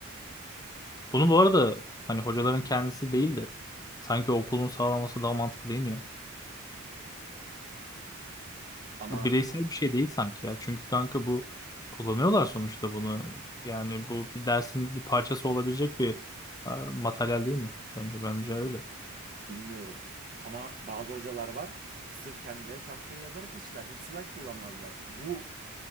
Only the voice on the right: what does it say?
Ama
bilmiyorum. Ama bazı hocalar var. Sırf kendileri tahtaya yazarak işler. Hiç slide kullanmazlar. Bu